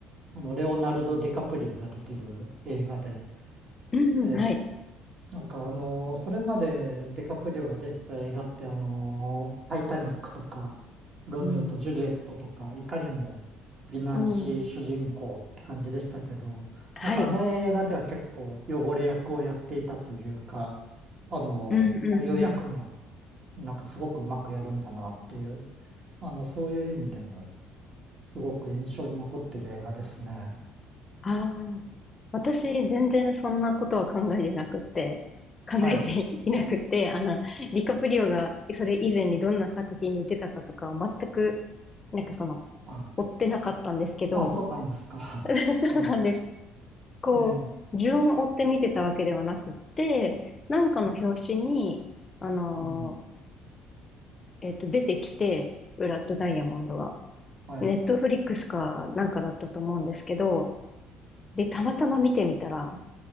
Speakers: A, on the right (about 45°); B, on the left (about 30°).
A: あの、レオナルド・ディカプリオが出てる映画で、
B: うん、
A: ええ
B: はい。
A: なんかあのーそれまでデカプリオが出てた映画ってあのータイタニックとか、ロミオとジュリエットとか、
B: うん。
A: いかにも美男子主人公って感じでしたけど、
B: おー、はい。
A: なんかあの映画では結構汚れ役をやっていたというか、あの
B: うん、うん、
A: ーこういう役も
B: うん。
A: なんかすごくうまくやるんだなっていう、あの、そういう意味でもすごく印象に残ってる映画ですね。
B: ああ、私全然そんなことは考えてなくって、考えていなくって、
A: はい。
B: あの、ディカプリオがそれ以前にどんな作品に出たかとかは全く、なんかその、
A: あ、
B: 追ってなかったんですけど、
A: あ、そうなんですか。
B: <laughs>
A: <laughs> はい。
B: そうなんです。こう、
A: ええ。
B: 順を追って見てたわけではなくって、なんかの表紙に、あの
A: うん。
B: ーえっと、出てきて、ブラッドダイヤモンドが。
A: はい。
B: ネットフリックスかなんかだったと思うんですけど、で、たまたま見てみたら、